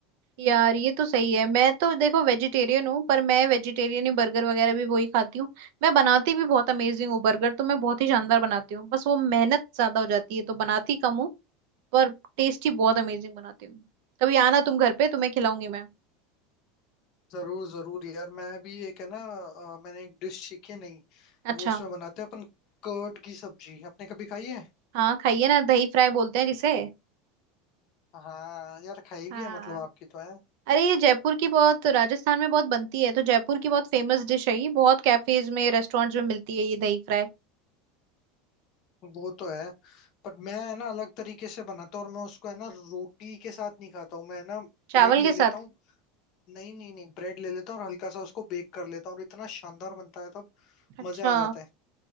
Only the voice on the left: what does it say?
जरूर जरूर यार मैं भी एक है ना अ, मैंने एक डिश सीखी नहीं
वो उसमें बनाते हैं अपन कर्ड की सब्जी आपने कभी खाई है
हाँ यार खाई भी
है मतलब आपकी तो है
वो तो है पर मैं है ना अलग तरीके से बनाता हूँ और मैं उसको है ना रोटी के साथ नहीं खाता हूँ मैं है ना
ब्रेड ले
लेता
हूँ नहीं नहीं नहीं ब्रेड ले लेता हूँ और हल्का सा उसको बेक कर लेता हूँ और इतना शानदार बनता है तब
मजे आ जाते हैं